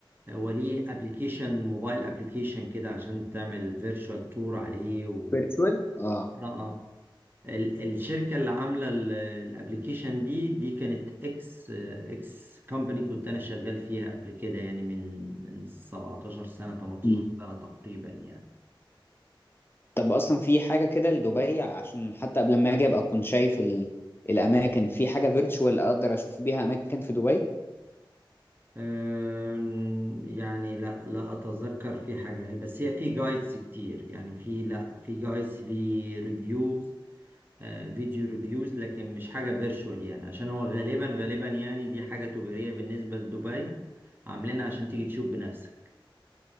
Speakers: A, on the right; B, on the left.
A: هو ليه ابلكيشن موبايل ابلكيشن كده عشان تعمل فيرتشوال تور عليه و...
B: فيرتشوال اه
A: اه اه ال- الشركة اللي عاملة الابلكيشن دي دي كانت اكس اكس كومباني كنت انا شغال فيها قبل كده يعني من من 17 سنة 18
B: مم.
A: سنة تقريبا يعني
B: طب اصلا في حاجه كده لدبي عشان حتى قبل ما اجي ابقى اكون شايف ال... الاماكن في حاجه فيرتشوال اقدر اشوف بيها اماكن في دبي
A: أم، يعني لا لا اتذكر في حاجه هي بس هي في جايدز كتير يعني في لا في جايدز في ريفيوز فيديو ريفيوز لكن مش حاجه فيرتشوال يعني عشان هو غالبا غالبا يعني دي حاجه تجاريه بالنسبه لدبي عاملينها عشان تيجي تشوف بنفسك